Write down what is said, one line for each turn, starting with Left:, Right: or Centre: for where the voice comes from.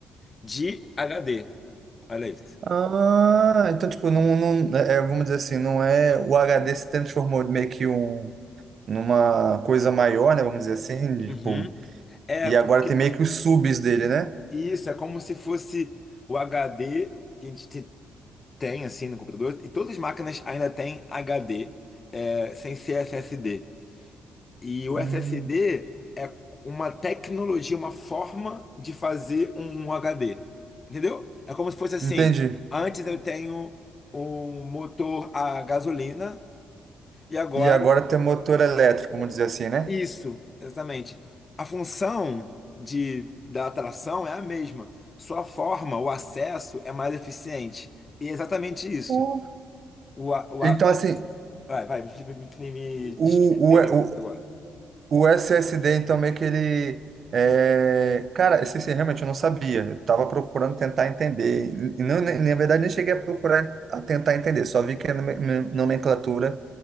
Left: de HD. Olha isso.
Right: Ah, então, tipo, não, não, é, é, vamos dizer assim, não é. O HD se transformou meio que um, numa coisa maior, né? Vamos dizer assim, de,
Left: Uhum.
Right: tipo.
Left: É,
Right: E
Left: porque
Right: agora tem meio que os subs dele, né?
Left: isso é como se fosse o HD que a gente te- tem assim no computador, e todas as máquinas ainda têm HD, é, sem ser SSD. E o
Right: Hum,
Left: SSD é uma tecnologia, uma forma de fazer um HD. Entendeu? É como se fosse assim:
Right: entendi.
Left: antes eu tenho um motor a gasolina, e agora
Right: E agora tem motor elétrico, vamos dizer assim, né?
Left: Isso, exatamente. A função de, da atração é a mesma. Sua forma, o acesso é mais eficiente. E é exatamente isso.
Right: Oh.
Left: O, a- o,
Right: Então,
Left: a- o ac-
Right: assim,
Left: vai, vai, me, me, me, me diz
Right: o,
Left: o que entendeu
Right: o,
Left: agora.
Right: O SSD, então, meio que ele. É... Cara, esse, esse realmente eu não sabia. Eu tava procurando tentar entender. E Não, nem- na verdade, nem cheguei a procurar a tentar entender. Só vi que a nome- nome- nomenclatura